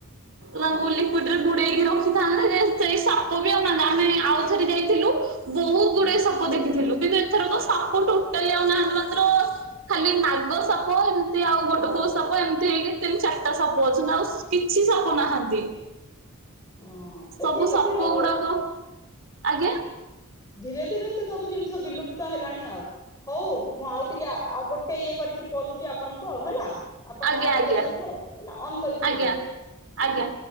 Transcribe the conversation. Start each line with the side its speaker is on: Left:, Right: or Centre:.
Left: ହଁ
Right: ତାଙ୍କୁ ଲିକୁଇଡ ରେ ବୁଡେଇକି ରଖ ଥାନ୍ତେ ଯେ ସେଇ ସାପ ବି ଅନା ଆମେ ଆଉଥରେ ଯାଇଥିଲୁ। ବହୁତ
Left: ହୁଁ
Right: ଗୁଡାଏ ସାପ ଦେଖିଥିଲୁ। କିନ୍ତୁ ଏଥରକ ସାପ ଟୋଟାଲି ଆଉ ନାହାନ୍ତି ମାତ୍ର ଖାଲି ନାଗ ସାପ ଏମିତି ଆଉ ଗୋଟେ କୋଉ ସାପ ଏମିତି ହେଇକି ତିନି ଚାରିଟା ସାପ ଅଛନ୍ତି ନା ଆଉ କିଛି ସାପ ନାହାନ୍ତି।
Left: ହଁ ସେ
Right: ସବୁ
Left: ଧୀରେ
Right: ସାପ
Left: ଧୀରେ ଆଉ
Right: ଗୁଡାକ ଆଜ୍ଞା
Left: ଧୀରେ ଧୀରେ ସେ ସବୁ ଜିନିଷ ବିଲୁପ୍ତ ହେଲାଣି ଆଉ ହଉ ମୁଁ ଆଉ ଟିକେ ଆଉ ଗୋଟେ ଇଏ କରିକି କରୁଛି ଆପଣଙ୍କୁ ଆଉ ହେଲା ଆପଣ
Right: ଆଜ୍ଞା ଆଜ୍ଞା
Left: ଇଏ ଥିବେ ଆଉ ହେଲା ଅନ୍ କରିକି
Right: ଆଜ୍ଞା
Left: ଥିବେ।
Right: ଆଜ୍ଞା